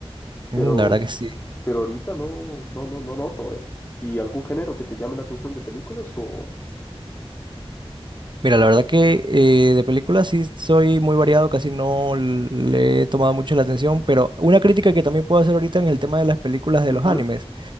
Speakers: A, on the left (about 20°); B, on the right (about 50°).
A: Pero
B: mm, La verdad que sí.
A: pero ahorita no, no, no, no noto, ¿eh? ¿Y algún género que te llame la atención de películas o...?
B: Mira, la verdad que eh, de películas sí soy muy variado, casi no le he tomado mucho la atención, pero una crítica que también puedo hacer ahorita en el tema de las películas de
A: Ujú.
B: los animes.